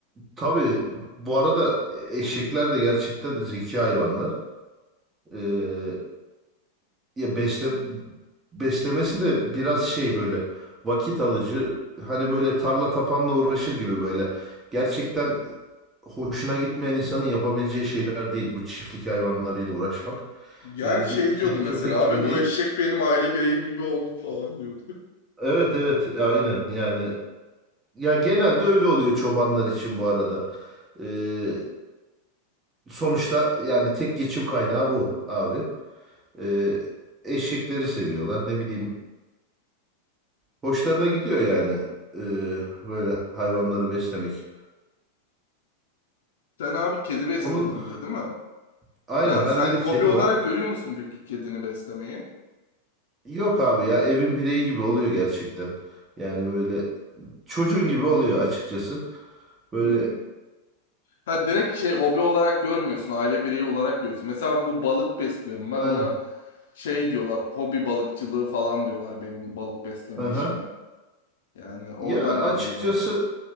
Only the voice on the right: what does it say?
tabii bu arada eşekler de gerçekten zeki hayvanlar. Ee, Ya besle beslemesi de biraz şey böyle vakit alıcı. Hani böyle tarla tapanla uğraşır gibi böyle. Gerçekten hoşuna gitmeyen insanın yapabileceği şeyler değil bu çiftlik hayvanlarıyla uğraşmak.
Yani
bir kedi
köpek
gibi
değil.
Evet evet aynen yani. Ya genelde öyle oluyor çobanlar için bu arada. Ee, sonuçta yani tek geçim kaynağı bu abi. Ee, eşekleri seviyorlar ne bileyim Hoşlarına gidiyor yani eee, böyle hayvanları beslemek.
Onun
<sighs> aynen
bende
de
kedi
var.
Yok abi ya evin bireyi gibi oluyor gerçekten. Yani böyle çocuğun gibi oluyor açıkçası. Böyle
aynen.
Aha.
Ya açıkçası